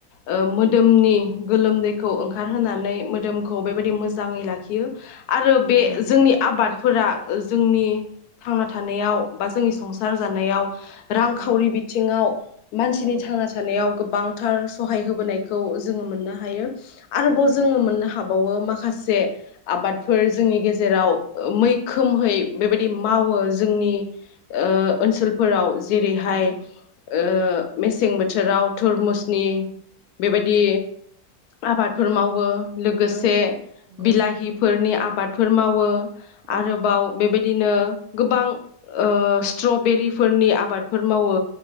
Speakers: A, on the left (about 80°); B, on the right (about 75°).
A: ओ मोदोमनि गोलोमदैखौ ओंखारहोनानै मोदोमखौ बेबायदि मोजाङै लाखियो आरो बे
B: औ
A: जोंनि आबाद फोरा जोंनि थांना थानायाव बा जोंनि संसार जानायाव
B: औ
A: खावरि बिथिङाव मानसिनि
B: औ
A: थांना थानायाव गोबांथार सहाय होबोनायखौ जोङो मोननो हायो आरोबाव
B: औ
A: जोङो मोनो हा हाबावो माखासे आबादफोर जोंनि गेजेराव मैखोमहै बेबायदि मावो जोंनि ओ ओनसोलफोराव जि हाय
B: उम
A: ओ मेसें बोथोराव थुरमुसनि बेबायदि आबादफोर मावो लोगोसे
B: औ नंगौ
A: बिलाहिफोरनि आबादफोर मावो
B: औ
A: आरोबाव बेबायदिनो गोबां ओ स्ट्रबेरिफोरनि आबाद फोर मावो